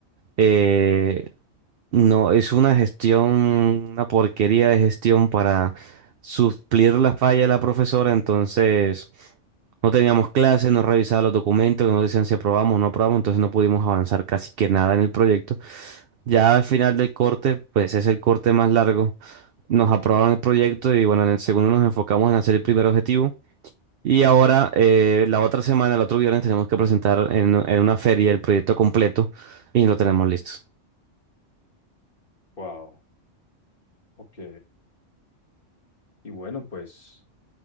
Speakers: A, on the right (about 60°); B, on the left (about 45°).
A: eh, no, es una gestión, una porquería de gestión para suplir la falla de la profesora, entonces no teníamos clases, no revisaba los documentos, no decían si aprobamos o no aprobamos, entonces no pudimos avanzar casi que nada en el proyecto. Ya al final del corte, pues es el corte más largo, nos aprobaron el proyecto y bueno, en el segundo nos enfocamos en hacer el primer objetivo. Y ahora, eh, la otra semana, el otro viernes, tenemos que presentar en, en una feria el proyecto completo y lo tenemos listo.
B: wow. Ok. Y bueno, pues,